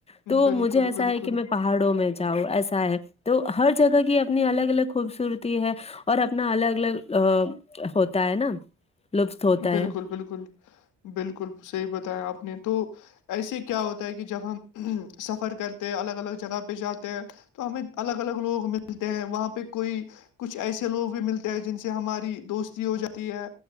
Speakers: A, on the left (about 20°); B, on the left (about 85°).
A: تو
B: بالکل
A: مجھے ایسا
B: بالکل
A: ہے کہ میں پہاڑوں میں جاؤ ایسا ہے تو ہر جگہ کی اپنی الگ الگ خوبصورتی ہے اور اپنا الگ الگ ا ہوتا ہے نا لطف ہوتا
B: بالکل
A: ہے ہ
B: بالکل بالکل صحی بتایا آپ نے تو ایسے ہی کیا ہوتا ہے کہ جب ہم سفر کرتے ہیں الگ الگ جگہ پہ جاتے ہیں تو ہمیں الگ الگ لوگ ملتے ہیں وہاں پہ کوئی کچھ ایسے لوگ بھی ملتے ہیں جن سے ہماری دوستی ہو جاتی ہے